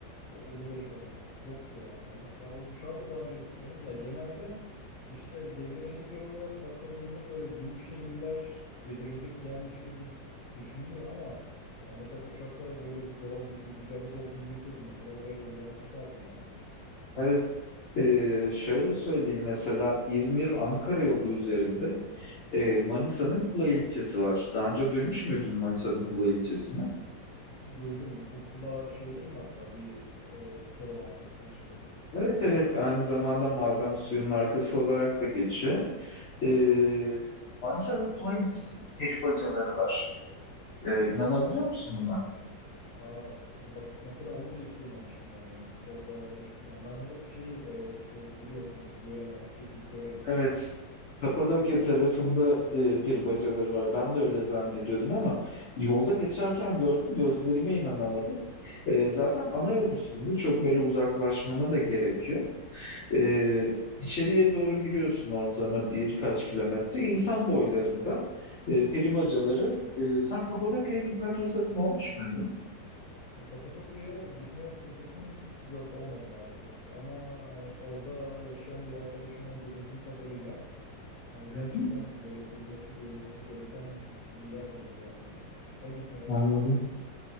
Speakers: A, on the left (about 65°); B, on the left (about 85°).
A: O Ulubey Kanyonları. Yok ya. Ama ya Uşak'a da daha önce gitmedim. Ya genelde işte gezilecek yer olarak bakıldığında böyle büyük şehirler gezilecek yermiş gibi düşünülüyor ama ya mesela Uşak'ta böyle bir doğal bir bir güzellik olduğunu bilseydim mesela oraya da uğramak isterdim yani.
B: Evet. Ee, şöyle söyleyeyim mesela İzmir-Ankara yolu üzerinde e, Manisa'nın Kula ilçesi var. Daha önce duymuş muydun Manisa'nın Kula ilçesini?
A: Duydum. Bu kula şey değil mi hatta bir e, soda markasının şeyi
B: Evet evet
A: değil mi?
B: aynı zamanda maden suyu markası olarak da geçiyor. Ee, Manisa'nın Kulay ilçesinde peri bacaları var. Ee, inanabiliyor musun buna?
A: Aa, bak mesela onu da hiç duymamıştım yani. Orada eks- yani ben hep şey e, işte biliyorsundur Göreme, Ürgüp Göreme'yi
B: Evet. Kapadokya
A: Ee,
B: tarafında e, peri bacaları var. Ben de öyle zannediyordum ama yolda geçerken gördüm, gözlerime inanamadım. Ee, zaten ana yol üstünde çok böyle uzaklaşmana da gerekiyor. Ee, içeriye doğru giriyorsun ortalama birkaç kilometre. İnsan boylarında e, peri bacaları. Ee, sen Kapadokya'ya gitme fırsatın olmuş muydu?
A: e, Kapadokya'ya gitme fırsatım yok olmadı maalesef. Ama hani orada yaşayan bir arkadaşımdan dinlediğim kadarıyla hani
B: Hı
A: gerçekten
B: hı.
A: böyle gidilmesi, görülmesi gereken bir yer dedi yani. Sen gitmeye
B: Anladım.
A: şansın oldu mu hiç?